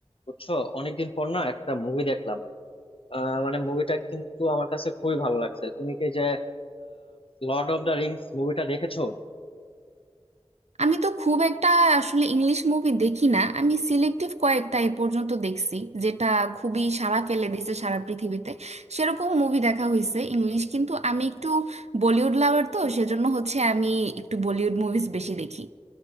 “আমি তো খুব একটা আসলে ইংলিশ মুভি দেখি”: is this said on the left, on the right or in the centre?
Right